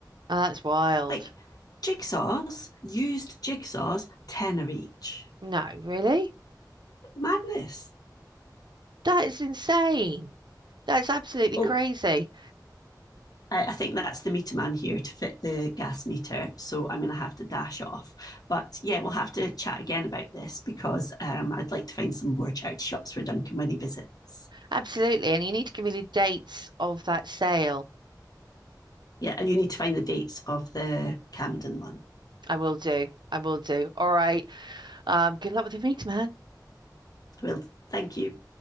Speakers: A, on the right; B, on the left.
A: Oh, that's wild.
B: Like, jigsaws, used jigsaws, tenner each.
A: No, really?
B: Madness.
A: That is insane. That's absolutely
B: Oh,
A: crazy.
B: I, I think that's the meter man here to fit the gas meter. So I'm going to have to dash off. But yeah, we'll have to chat again about this because um, I'd like to find some more charity shops for Duncan when he visits.
A: Absolutely. And you need to give me the dates of that sale.
B: Yeah, and you need to find the dates of the Camden one.
A: I will do. I will do. All right. Um, good luck with the meet, man.
B: Well, thank you.